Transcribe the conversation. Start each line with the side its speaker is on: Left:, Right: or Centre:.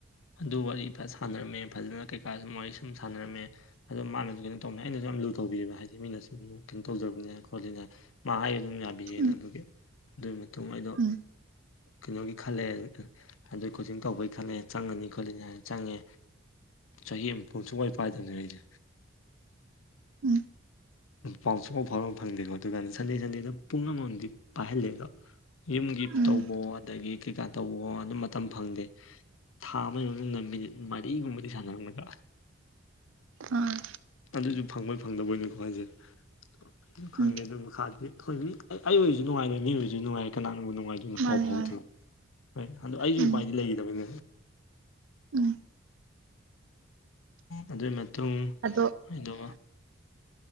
Left: ꯑꯗꯨ ꯋꯥꯔꯤ ꯁꯥꯟꯅꯔꯝꯃꯦ ꯐꯖꯅ ꯀꯩꯀꯥ ꯁꯨꯝ ꯋꯥꯔꯤ ꯁꯨꯝ ꯁꯥꯟꯅꯔꯝꯃꯦ ꯑꯗꯣ ꯃꯥꯅꯁꯨ ꯀꯩꯅꯣ ꯇꯧꯅꯤ ꯑꯩꯅꯁꯨ ꯌꯥꯝ ꯂꯨ ꯇꯧꯕꯤꯕ ꯍꯥꯏꯗꯤ ꯃꯤꯅ ꯁꯨꯝ ꯀꯩꯅꯣ ꯇꯧꯖꯕꯅꯤꯅ ꯈꯣꯠꯂꯤꯅ ꯃꯥ ꯑꯩ ꯑꯗꯨꯝ ꯌꯥꯕꯤꯌꯦꯅ
Right: ꯎꯝ
Left: ꯑꯗꯨꯒꯤ ꯑꯗꯨꯒꯤ ꯃꯇꯨꯡ ꯑꯩꯗꯣ
Right: ꯎꯝ
Left: ꯀꯩꯅꯣꯒꯤ ꯈꯜꯂꯦ ꯑꯗꯩ ꯀꯣꯆꯤꯡ ꯇꯧꯕꯒꯤ ꯈꯜꯂꯦ ꯆꯪꯉꯅꯤ ꯈꯣꯠꯂꯅꯤ ꯍꯥꯏꯅ ꯆꯪꯉꯦ ꯆꯍꯤ ꯑꯃ ꯄꯨꯡ ꯁꯨꯡꯋꯥꯥꯏ ꯄꯥꯏꯗꯕꯅꯦ ꯑꯩꯁꯦ
Right: ꯎꯝ
Left: ꯄꯥꯎꯁꯨ ꯄꯥꯎ ꯐꯥꯎꯕ ꯐꯪꯗꯦꯀꯣ ꯑꯗꯨꯒꯥꯟ ꯁꯟꯗꯦ ꯁꯟꯗꯦꯗ ꯄꯨꯡ ꯑꯃꯃꯝꯗꯤ ꯄꯥꯏꯍꯜꯂꯦꯗꯣ ꯌꯨꯝꯒꯤ
Right: ꯎꯝ
Left: ꯇꯧꯕꯋꯣ ꯑꯗꯒꯤ ꯀꯩꯀꯥ ꯇꯧꯕꯣ ꯑꯗꯨꯝ ꯃꯇꯝ ꯐꯪꯗꯦ ꯊꯥ ꯑꯃꯒꯤ ꯃꯅꯨꯡꯗ ꯃꯤꯅꯤꯠ ꯃꯔꯤꯒꯨꯝꯕꯗꯤ ꯁꯥꯟꯅꯔꯝꯒꯗ꯭ꯔꯥ
Right: ꯑꯥ
Left: ꯑꯗꯨꯁꯨ ꯐꯪꯕꯣꯏ ꯐꯪꯗꯕꯣꯏꯅꯤꯀꯣ ꯍꯥꯏꯖꯦ ꯑꯗꯨ ꯈꯪꯗꯦ
Right: ꯎꯝ
Left: ꯑꯗꯨ ꯃꯈꯥꯗꯤ ꯑꯩꯈꯣꯏꯕꯤ ꯑꯩ ꯑꯣꯏꯔꯁꯨ ꯅꯨꯡꯉꯥꯏꯔꯣꯢ ꯃꯤ ꯑꯣꯏꯁꯨ ꯅꯨꯡꯉꯥꯏꯔꯣꯢ ꯀꯅꯥꯅꯕꯨ ꯅꯨꯡꯉꯥꯏꯗꯨ <unintelligible>
Right: ꯃꯥꯅꯦ ꯃꯥꯅꯦ
Left: ꯑꯗꯨ ꯑꯩꯁꯨ
Right: ꯎꯝ
Left: ꯎꯄꯥꯏꯗꯤ ꯂꯩꯈꯤꯗꯕꯅꯤ
Right: ꯎꯝ
Left: ꯑꯗꯨꯏ ꯃꯇꯨꯡ
Right: ꯑꯗꯣ
Left: ꯑꯩꯗꯣ